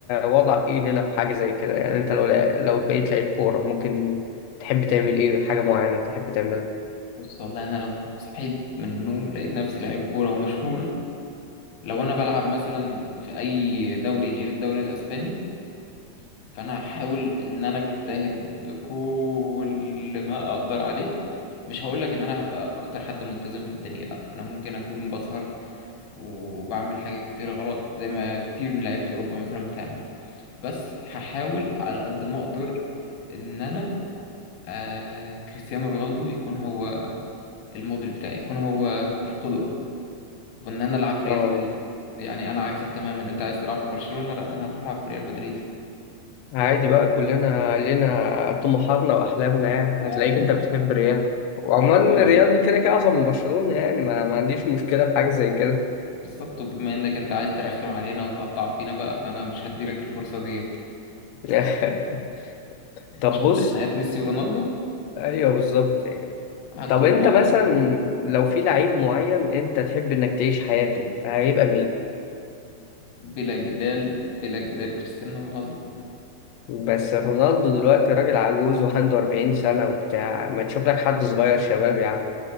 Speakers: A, on the left; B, on the left.
A: وضعك ايه هنا في حاجه زي كده يعني انت لو لو بقيت لعيب كوره ممكن تحب تعمل ايه حاجه معينه تحب تعملها
B: بص والله انا لو صحيت من النوم لقيت نفسي لعيب كورة ومشهور لو انا بلعب مثلا في اي دوري غير الدوري الاسباني فانا هحاول ان انا اجتهد بكل ما اقدر عليه مش هقولك ان انا هبقى اكتر حد ملتزم في الدنيا لا انا ممكن اكون بسهر وبعمل حاجات كتير غلط زي ما كتير من لعيبة أوروبا مثلا بتعمل بس هحاول على قد ما أقدر إن أنا آه كريستيانو رونالدو يكون هو الموديل بتاعي يكون هو القدوة وإن أنا ألعب في
A: اه
B: ريال مدريد يعني أنا عكسك تماما أنت عايز تلعب في برشلونة لا أنا أروح ألعب في ريال مدريد
A: عادي بقى كلنا لنا طموحاتنا واحلامنا يعني
B: أيوه
A: هتلاقيك
B: أيوه
A: انت بتحب ريال وعموما
B: بما-
A: ريال كده كده اصلا من برشلونة يعني ما, ما عنديش مشكلة في حاجة زي كده
B: بالظبط وبما إنك أنت عايز ترخم علينا وتقطع فينا بقى فأنا مش هديلك الفرصة ديت
A: <laughs> طب
B: شفت
A: بص
B: خناقات ميسي ورونالدو
A: ايوه بالظبط
B: هكون
A: طب انت
B: أنا وأنت
A: مثلا لو في لعيب معين انت تحب انك تعيش حياته هيبقى مين
B: بلا جدال بلا جدال كريستيانو رونالدو
A: بس رونالدو دلوقتي راجل عجوز وعنده 40 سنة وبتاع ما تشوف لك حد صغير شباب يا عم